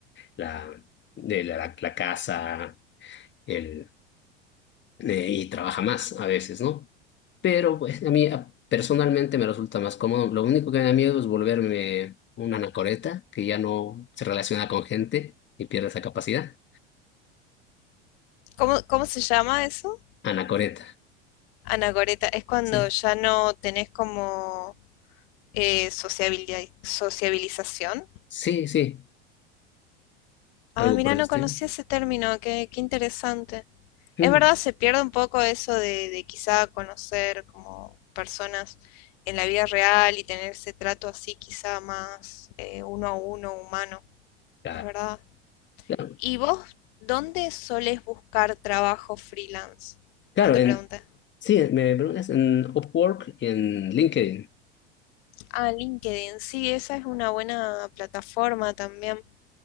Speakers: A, on the left; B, on the left.
A: la, de la, la- la casa, el, eh, y trabaja más a veces, ¿no? Pero pues a mí a- personalmente me resulta más cómodo. Lo único que me da miedo es volverme una anacoreta que ya no se relaciona con gente y pierde esa capacidad.
B: ¿Cómo, cómo se llama eso?
A: Anacoreta.
B: Anacoreta, es cuando
A: Sí,
B: ya no tenés como eh, sociabilidad, sociabilización.
A: sí, sí,
B: Ah,
A: algo
B: mira,
A: por el
B: no
A: estilo.
B: conocía ese término, qué, qué interesante.
A: Mm,
B: Es verdad, se pierde un poco eso de, de quizá conocer como personas en la vida real y tener ese trato así quizá más eh, uno a uno humano,
A: Claro,
B: es verdad.
A: claro,
B: ¿Y vos dónde solés buscar trabajo freelance?
A: claro.
B: No te
A: En,
B: pregunté.
A: sí, me preguntas en Upwork y en LinkedIn.
B: Ah, LinkedIn, sí, esa es una buena plataforma también.